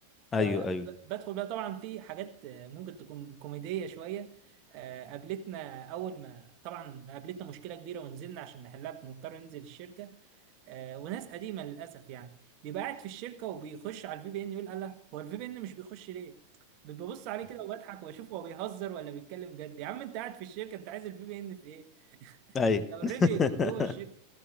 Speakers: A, on the right; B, on the left.
A: فبدخل
B: ايوه ايوه ايوه
A: بقى طبعا في حاجات آه، ممكن تكون كوميديه شويه آه، قابلتنا اول ما طبعا قابلتنا مشكله كبيره ونزلنا عشان نحلها بنضطر ننزل الشركه آه، وناس قديمه للاسف يعني بيبقى قاعد في الشركه وبيخش على الفي بي ان يقول الله هو الفي بي ان مش بيخش ليه ببص عليه كده وبضحك واشوف هو بيهزر ولا بيتكلم جد يا عم انت قاعد في الشركه انت عايز الفي بي ان في ايه <laughs>
B: ايوه
A: انت اوريدي
B: <laughs>
A: جوه الشركه